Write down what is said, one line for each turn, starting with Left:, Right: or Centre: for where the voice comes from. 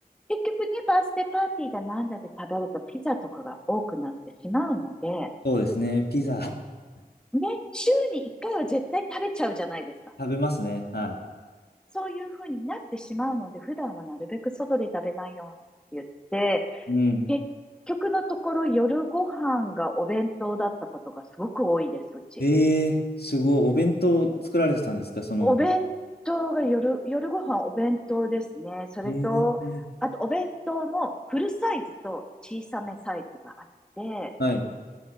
Centre: 結局ね、バースデーパーティーだなんだで食べるとピザとかが多くなってしまうので、ね、
Left: そうですね。ピザ <laughs>
Centre: ね、週に1回は絶対食べちゃうじゃないですか。
Left: 食べますね。は
Centre: そういうふうになってしまうので、普段はなるべく外で食べないようにって
Left: い。うん。
Centre: 言って、結局のところ夜ご飯がお弁当だったことがすごく多いです、うち。
Left: えー、すごい。お弁当作られてたんですかその。
Centre: お弁当が夜、夜ご飯お弁当ですね。それと、
Left: えー、
Centre: あとお弁当もフルサイズと小さめサイズがあって、
Left: はい。